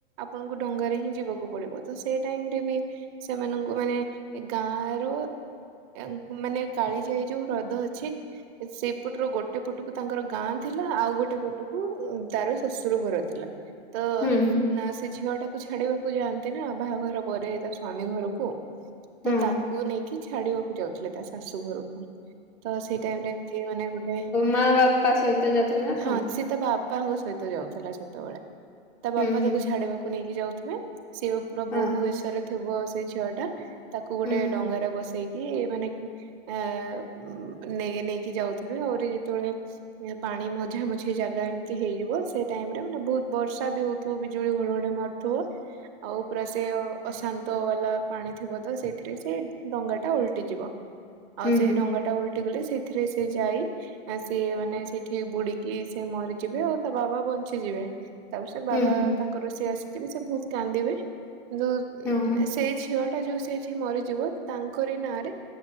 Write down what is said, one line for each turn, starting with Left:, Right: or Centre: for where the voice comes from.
Right: ଆପଣଙ୍କୁ ଡଙ୍ଗାରେ ହିଁ ଯିବାକୁ ପଡିବ ତ ସେଇ ଟାଇମ୍ ରେ ବି ସେମାନଙ୍କୁ ମାନେ ଏ ଗାଁ ରୁ ଏଙ୍କ ମାନେ କାଳିଜାଇ ଯୋଉ ହ୍ରଦ ଅଛି ସେପଟରୁ ଗୋଟେ ପଟକୁ ତାଙ୍କର ଗାଁ ଥିଲା ଆଉ ଗୋଟ ଗୋଟେ ପଟକୁ ତାର ଶଶୁର ଘର ଥିଲା ତ
Centre: ହୁଁ ହୁଁ
Right: ନା ସେ ଝିଅ ଟା ଛାଡିବାକୁ ଯାଆନ୍ତି ନା ବାହାଘର ପରେ ତା ସ୍ଵାମୀ ଘରକୁ
Centre: ହଁ
Right: ତ ତାକ ତାକୁ ନେଇକି ଛାଡିବାକୁ ଯାଉଥିଲେ ତା ଶାଶୁ ଘରକୁ ତ ସେଇ ଟାଇମରେ କିଏ ମାନେ ଗୋଟେ
Centre: ମାଁ ବାପା ସହିତ ଯାଉଥିଲେ ନା
Right: ହଁ
Centre: କଣ?
Right: ସିଏ ତା ବାପାଙ୍କ ସହିତ ଯାଉଥିଲା ସେତେବେଳେ ତା
Centre: ହୁଁ
Right: ବାପା
Centre: ହୁଁ
Right: ତାକୁ ଛାଡିବାକୁ ନେଇକି ଯାଉଥିବେ। ସେ ପୁରା ବୋହୁ
Centre: ହଁ
Right: ବେଶରେ ଥିବ ସେ ଝିଅ ଟା ତାକୁ ଗୋଟେ
Centre: ହୁଁ
Right: ଡଙ୍ଗାରେ ବସେଇକି କି ମାନେ ଆଁ ନେଇ ନେଇକି ଯାଉଥିବେ ଆହୁରି ଯେତେବେଳେ ପାଣି ମଝି ମଝା ମଝି ଜାଗା ଏମିତି ହେଇଯିବ ସେ ଟାଇମ୍ ର ମାନେ ବହୁତ ବର୍ଷା ବି ହଉଥିବ ବିଜୁଳି ଘଡ଼ଘଡ଼ି ମାରୁଥିବ।
Centre: ହ <unintelligible>
Right: ଆଉ ପୁରା ସେ ଅଶାନ୍ତ ବାଲା ପାଣି ଥିବ ତ ସେଇଥିରେ ସେ ଡଙ୍ଗା ଟା ଓଲଟିଯିବ। ଆଉ
Centre: ହୁଁ
Right: ସେଇ
Centre: ହୁଁ
Right: ଢଙ୍ଗା ଟା ଓଲଟି ଗଲେ ସେଥିରେ ସେ ଜାଇ ଆ ସିଏ ମାନେ ସେଇଠି ବୁଡ଼ି କି ସେ ମରିଯିବେ ଆଉ ତା ବାବା ବଞ୍ଚିଯିବେ ତାପରେ ସେ
Centre: ହୁଁ
Right: ବାବା
Centre: ହୁଁ
Right: ତାଙ୍କର ସେ ଆସିଯିବେ ସେ ବହୁତ କାନ୍ଦିବେ କିନ୍ତୁ
Centre: ହଁ ହଁ
Right: ସେଇ ଝିଅ ଟା ଯୋଉ ସେ ଝିଅ ମରିଯିବ ତାଙ୍କରି ନାଁରେ?